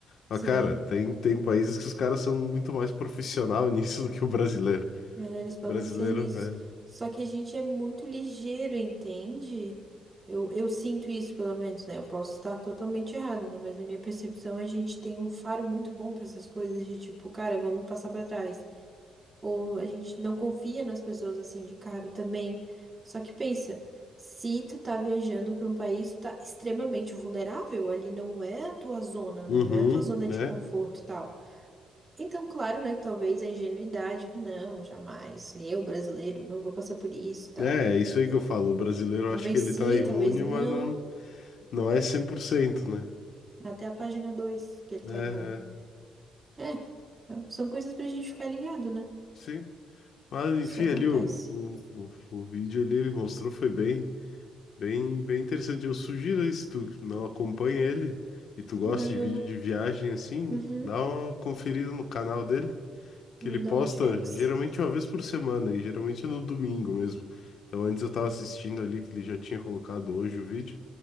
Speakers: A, on the left; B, on the right.
A: Mas,
B: Sim.
A: cara, tem, tem países que os caras são muito mais profissional <laughs> nisso do que o brasileiro.
B: É, eles podem
A: Brasileiro,
B: ser lisos.
A: é.
B: Só que a gente é muito ligeiro, entende? Eu, eu sinto isso, pelo menos, né? Eu posso estar totalmente errada, né? Mas na minha percepção, a gente tem um faro muito bom para essas coisas de tipo, cara, vamos passar para trás. Ou a gente não confia nas pessoas assim de cara também. Só que pensa, se tu tá viajando para um país, tu tá extremamente vulnerável. Ali não é a tua zona,
A: Uhum,
B: né? Não é a tua zona
A: né?
B: de conforto e tal. Então, claro, né, que talvez a ingenuidade, não, jamais, eu brasileiro, não vou passar por isso e tal.
A: É, é isso aí que eu falo. O brasileiro
B: Talvez
A: eu acho que ele
B: sim,
A: tá imune,
B: talvez não,
A: mas não, não é 100%, né?
B: até a página 2 que ele tá
A: É, é.
B: imune. É, é, são coisas pra gente ficar ligado, né?
A: Sim. Mas,
B: que
A: enfim,
B: Isso acontece.
A: ali o, o, o, o vídeo ali ele mostrou foi bem, bem, bem interessante. Eu sugiro aí, se tu não acompanha ele e tu gosta
B: Não,
A: de vídeo de viagem assim,
B: uhum,
A: dá uma conferida no canal dele. que
B: vou
A: ele
B: dar
A: posta
B: um checks.
A: geralmente uma vez por semana e geralmente é no domingo mesmo. Então antes eu tava assistindo ali que ele já tinha colocado hoje o vídeo.